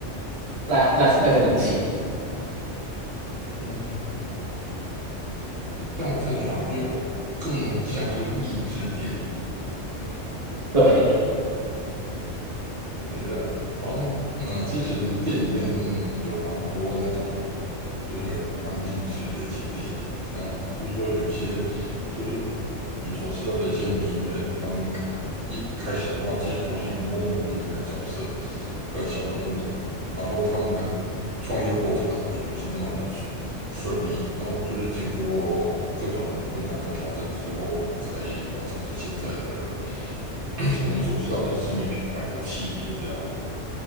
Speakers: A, on the right; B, on the right.
A: 那那那个东西，
B: 嗯，这样看起来又更像是励志电影。
A: 对，
B: 觉得好像嗯，其实电影里面有蛮多那种就是蛮励志的一些电影，这样子就是说有一些就是我们所知道的一些名人，他们可能一开始的话其实都是一个默默无名的角色的小人物，然后他们的创业过程可能也不是那么很顺顺利，然后就是经过各种的困难和挑战之后，才完成了现在的 <clears throat> 我们所知道的知名品牌的企业这样子。